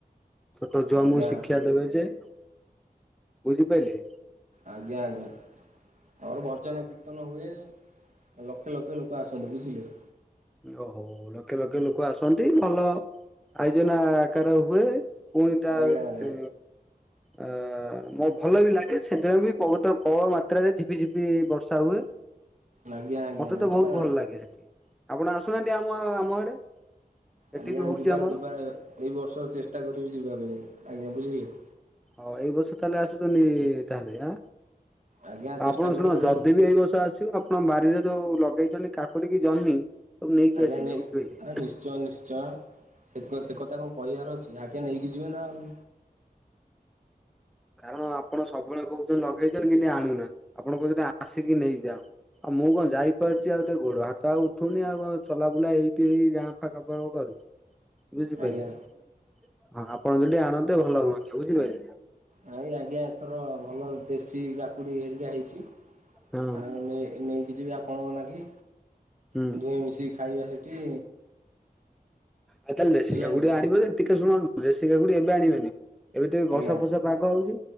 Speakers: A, in the centre; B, on the right.
A: ଛୋଟ ଛୁଆ
B: ଆଜ୍ଞା
A: ଆମକୁ ଶିକ୍ଷା ଦେବେ ଯେ ବୁଝିପାଇଲେ।
B: ଆଜ୍ଞା ଆଜ୍ଞା। ଆମର ଭଜନ କୀର୍ତ୍ତନ ହୁଏ ଲକ୍ଷ ଲକ୍ଷ ଲୋକ ଆସନ୍ତି ବୁଝିଲେ।
A: ଓହୋ ଲକ୍ଷେ ଲକ୍ଷେ ଲୋକ ଆସନ୍ତି ଭଲ ଆୟୋଜନା ଆକାର ହୁଏ। ପୁଣି ତା
B: ଆଜ୍ଞା ଆଜ୍ଞା।
A: ତି ଆ ଅ ମୁଁ ଭଲ ବି ଲାଗେ ସେଦିନ ବି ବୋହୁତ ପବଳ ମାତ୍ରାରେ ଝିପି ଝିପି ବର୍ଷା ହୁଏ।
B: ଆଜ୍ଞା ଆଜ୍ଞା
A: ମତେ ତ ବୋହୁତ ଭଲ ଲାଗେ ହେଠି ଆପଣ ଆସୁନାହାନ୍ତି ଆମ ଆ ଆମ ଆଡେ। ଏଠି
B: ଆଜ୍ଞା
A: ବି ହଉଛି
B: ଯିବା
A: ଆମର।
B: ଯିବ ଏଇ ବର୍ଷ ଚେଷ୍ଟା କରିବି ଯିବା ପାଇଁ ଆଜ୍ଞା ବୁଝିଲେ।
A: ହୋଉ ଏଇ ବର୍ଷ ତାହେଲେ ଆସୁଚନ୍ତି ତାହେଲେ ଆ
B: ଆଜ୍ଞା ଚେଷ୍ଟା
A: ଆପଣ
B: କରିବି
A: ଶୁଣ ଯଦି ବି ଏଇ ବର୍ଷ ଆସିବ ଆ ଆପଣ ବାରିରେ ଯୋଉ ଲଗେଇଚନ୍ତି କାକୁଡିକି ଜହ୍ନି ସବୁ ନେଇକି
B: ଆଜ୍ଞା
A: ଆସିବେ
B: ନେଇ
A: ବୁଝିପାରିଲେ
B: ନିଶ୍ଚୟ ନିଶ୍ଚୟ। ସେ କ ସେ କଥା କଣ କହିବାର ଅଛି ଆଗେ ନେଇକି ଯିବେ ନା ଆଉ।
A: କାରଣ ଆପଣ ସବୁବେଳେ କୋହୁଚନ୍ତି ଲଗେଇଚନ୍ତି କିନ୍ତୁ ଆଣୁନା ଆପଣ କୋହୁଚନ୍ତି ଆ ଆସିକି ନେଇଯାଅ। ଆଉ ମୁଁ କଣ ଯାଇପାରୁଚି ଆଉ ତା ଗୋଡ ହା ତ ଆଉ ଉଠୁନି ଆଉ କ ଚଲାବୁଲା ଏଇଠି ଏଇ ଗାଁ ପାଖା ପାଖ କରୁଚି। ବୁଝିପାଇଲେ
B: ଆଜ୍ଞା।
A: ହଁ ଆପଣ ଯଦି ଆଣନ୍ତେ ଭଲ ହୁଅନ୍ତା ବୁଝିପାଇଲେ।
B: ନାଇ ଆଜ୍ଞା ଏଥର ଭଲ ଦେଶୀ କାକୁଡି ହେରିକା ହେଇଚି
A: ହଁ
B: ଆଉ ନେଇ ନେଇକି ଯିବି ଆପଣଙ୍କ ନାଗି
A: ହୁଁ।
B: କିି ଦୁହିଁ ମିଶିକି ଖାଇବା ସେଇଠି
A: ଆଉ ତାହେଲେ ଦେଶୀ କାକୁଡି
B: ଆଜ୍ଞା
A: ଆଣିବ ଯେ ଟିକେ ଶୁଣ ଦେଶୀ କାକୁଡି ଏବେ ଆଣିବେନି ଏବେ ତ ବର୍ଷା
B: ଆଜ୍ଞା
A: ଫର୍ସା ରାଗ ହୋଉଚି